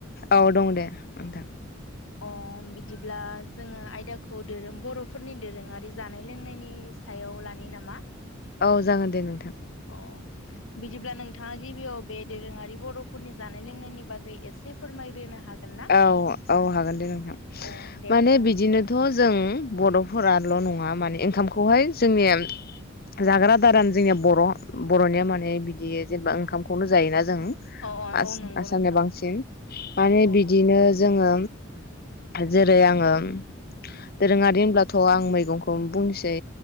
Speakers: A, on the left; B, on the left.
A: औ दं दे नोंथां
B: अ बिदिब्ला जोङो आयदाखौ दोरों बर'फोरनि दोरोङारि जानाय लोंनायनि सायाव लानि नामा?
A: औ जागोन दे नोंथां।
B: अ बिदिब्ला नोंथाङा गिबियाव बे दोरोङारि बर'फोरनि जानाय लोंनायनि बागै एसे फोरमायग्रोनो हागोन ना
A: औ औ हागोन दे नोंथां
B: अ दे
A: माने
B: नोंथां
A: बिदिनोथ'
B: बिदिब्ला
A: जों बर'फोराल' नङा माने ओंखामखौ खौहाय जोंनिया जाग्रा दारान जोंनिया बर' बर'निया माने बिदि जेनेबा ओंखामखौनो जायोना। जों
B: अ अ
A: आं
B: औ नंगौ
A: आसामनि
B: नोंथां
A: बांसिन माने
B: औ
A: बि
B: नंगौ
A: बिदिनो जोङो। जेरै आङो दोरोङारि होनब्लाथ' आं मैगंखौ बुंनोसै